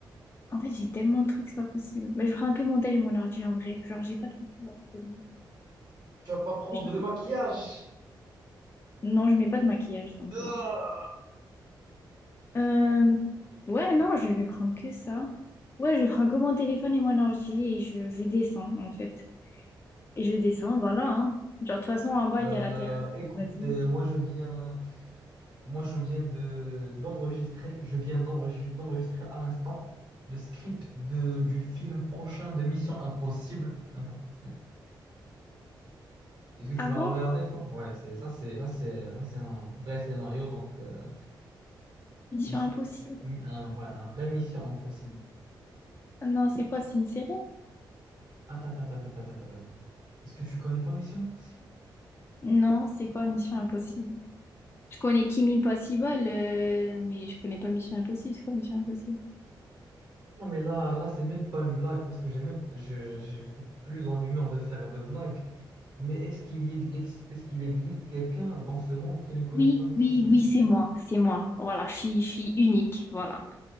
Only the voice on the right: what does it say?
Tu vas pas prendre
le maquillage.
Ah
Euh,
écoute,
euh, moi je viens, moi je viens de d'enregistrer, je viens d'enregistrer d'enregistrer à l'instant le script de, du film prochain de Mission Impossible. <laughs> Est-ce que tu
vas le regarder toi? Ouais, c'est ça, c'est ça, c'est ça, c'est un vrai scénario donc euh,
issu
un, vrai- un vrai Mission Impossible.
attends. attends, attends, attends, attends, attends. Est-ce que tu connais pas Mission Impossible?
Non, mais là, là, c'est même pas une blague parce que j'ai même, je, je- je suis plus en humeur de faire de blagues. Mais est-ce qu'il y ex- est-ce qu'il existe quelqu'un dans ce monde qui ne connaît
pas Mission
Impossible?